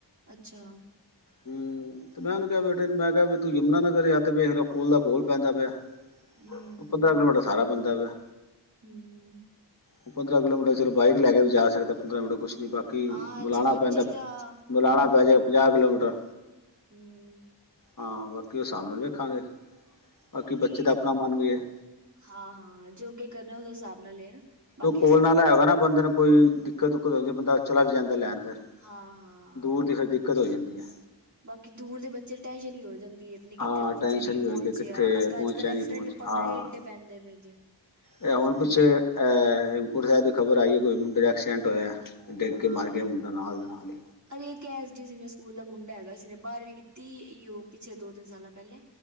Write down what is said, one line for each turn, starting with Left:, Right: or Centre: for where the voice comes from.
Right: ਅੱਛਾ।
Left: ਹਮ। ਅਤੇ ਮੈਂ ਉਹਨੂੰ ਕਿਹਾ ਬੇਟੇ ਮੈਂ ਕਿਹਾ ਵੀ ਤੂੰ ਯਮੁਨਾ ਨਗਰ ਆ ਅਤੇ ਵੇਖ ਰ ਕੋਲ ਦਾ ਕੋਲ ਪੈਂਦਾ ਪਿਆ।
Right: ਹਮ।
Left: ਉਹ ਪੰਦਰਾਂ ਕਿਲੋਮੀਟਰ ਸਾਰਾ ਬਣਦਾ ਪਿਆ।
Right: ਹਮ।
Left: ਉਹ ਪੰਦਰਾਂ ਕਿਲੋਮੀਟਰ ਚਲੋ ਬਾਈਕ ਲੈ ਕੇ ਵੀ ਜਾ ਸਕਦਾ ਪੰਦਰਾਂ ਮੀਟਰ ਕੁਛ ਅਤੇ ਬਾਕੀ
Right: ਹਾਂ
Left: ਬੁਲਾਉਣਾ
Right: ਜੇ ਬੱਚੇ
Left: ਪੈਂਦਾ
Right: ਤਾਂ
Left: ਬੁਲਾਉਣਾ
Right: ਹਮ
Left: ਪੈ ਜਾਵੇ ਪੰਜਾਹ ਕਿਲੋਮੀਟਰ
Right: ਹਮ।
Left: ਹਾਂ ਬਾਕੀ ਓ ਹਿਸਾਬ ਨਾਲ ਵੀ ਵੇਖਾਂਗੇ ਬਾਕੀ
Right: ਨਹੀਂ
Left: ਬੱਚੇ ਦਾ ਆਪਣਾ ਮਨ ਵੀ ਹੈ।
Right: ਹਾਂ ਹਾਂ ਜੋ ਅੱਗੇ ਕਰਨਾ ਉਸ ਹਿਸਾਬ ਨਾਲ ਹੈ ਨਾ, ਬਾਕੀ
Left: ਉਹ ਕੋਲ
Right: ਸੋਫਟ
Left: ਨਾਲ ਹੈਗਾ ਨਾ ਬੰਦੇ ਨੂੰ ਕੋਈ ਦਿੱਕਤ ਉੱਕਤ ਹੋ ਜਾਂਦੀ ਬੰਦਾ ਚਲਾ ਵੀ ਜਾਂਦਾ ਲੈਣ ਫਿਰ
Right: ਹਾਂ ਹਾਂ
Left: ਦੂਰ ਦੀ ਫਿਰ ਦਿੱਕਤ ਹੋ ਜਾਂਦੀ ਹੈ
Right: ਬਾਕੀ ਦੂਰ ਦੇ ਬੱਚੇ ਟੈਨਸ਼ਨ ਵੀ ਹੋ ਜਾਂਦੀ ਹੈ ਕਿੱਥੇ
Left: ਹਾਂ
Right: ਪਹੁੰਚਿਆ
Left: ਟੈਨਸ਼ਨ
Right: ਨਹੀਂ
Left: ਵੀ ਹੋ
Right: ਪਹੁੰਚਿਆ
Left: ਜਾਂਦੀ ਕਿੱਥੇ
Right: ਅੱ
Left: ਪਹੁੰਚਿਆ
Right: ਅੱਜ ਕੱਲ੍ਹ ਐਕਸੀਡੈਂਟ
Left: ਨਹੀਂ ਪਹੁੰਚ
Right: ਪੰਗੇ
Left: ਹਾਂ
Right: ਈ ਤੇ ਪੈਂਦੇ ਪਏ ਜੇ
Left: ਇਹ ਹੁਣ
Right: ਹੋਰ
Left: ਤੁਸੀਂ ਅ ਹੇਮ ਕੁੰਟ ਸਾਹਿਬ ਦੀ ਖਬਰ ਆਈ ਏ ਕੋਈ ਮੁੰਡੇ ਦਾ ਐਕਸੀਡੈਂਟ ਹੋਇਆ, ਡਿੱਗ
Right: ਹਾਂ
Left: ਕੇ ਮਾਰ
Right: ਹਾਂ
Left: ਗਿਆ ਮੁੰਡਾ ਨਾਲ ਦੇ ਨਾਲ ਈ।
Right: ਅਰੇ ਇੱਕ ਐਸ ਡੀ ਸੀਨੀਅਰ ਸਕੂਲ ਦਾ ਮੁੰਡਾ ਹੈਗਾ ਸੀ ਉਸਨੇ ਬਾਰਵੀਂ ਕੀਤੀ ਏਈਓ ਪਿਛਲੇ ਦੋ-ਤਿੰਨ ਸਾਲਾਂ ਪਹਿਲੇ।